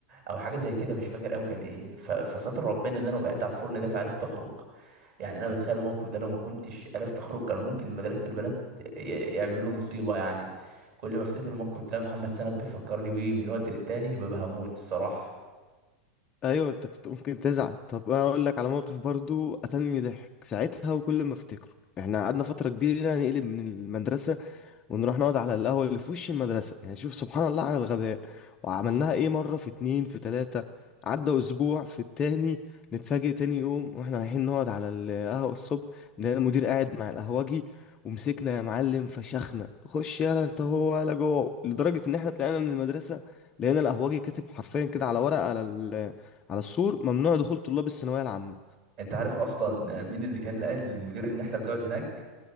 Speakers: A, on the right; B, on the left.
A: او حاجه زي كده مش فاكر قوي كان ايه ف... فستر ربنا ان انا وقعت على الفرن ده فعرفت اخرج يعني انا بتخيل الموقف ده لو ما كنتش عرفت اخرج كان ممكن مدرسه البنات ي- يعملوا لي مصيبه يعني كل ما افتكر الموقف ده محمد سند بيفكرني بيه من وقت للتاني ببقى هموت الصراحه
B: أيوه أنت كنت ممكن تزعل طب أنا أقول لك على موقف برضو قتلني ضحك ساعتها وكل ما أفتكره إحنا قعدنا فترة كبيرة نقلب من المدرسة ونروح نقعد على القهوة اللي في وش المدرسة يعني شوف سبحان الله على الغباء وعملناها ايه مرة في اتنين في تلاتة عدى أسبوع في التاني نتفاجئ تاني يوم واحنا رايحين نقعد على القهوة الصبح نلاقي المدير قاعد مع القهوجي ومسكنا يا معلم فشخنا خش يلا انت هو ولا جوه لدرجة ان احنا طلعنا من المدرسة لقينا القهوجي كاتب حرفيا كده على ورقة على ال- على السور ممنوع دخول طلاب الثانوية العامة
A: انت عارف اصلا مين اللي كان قال للمدير ان احنا بنقعد هناك